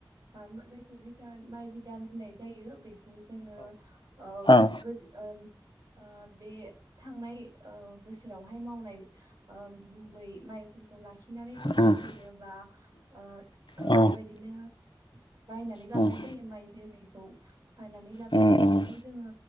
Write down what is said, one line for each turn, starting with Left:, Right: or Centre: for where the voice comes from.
Right: मा मा जायखौ बिथान माइ बि धान होननाय जायो बे खौ जोङो ओ
Left: ओ
Right: गोद ओम ओ बे थां नाय ओ बोसोरावहाय मावनाय ओ गुबै माइफोरखौ लाखिनानै
Left: उम
Right: दोननाय जायो
Left: उम
Right: बा ओ ओ
Left: औ
Right: बेबायदिनो बायनानै
Left: उम
Right: लाबनाय
Left: उम औ उम
Right: जायो माइ जेरैखौ बायनानै लाबनानै
Left: उम उम
Right: बेखौ
Left: औ
Right: जोङो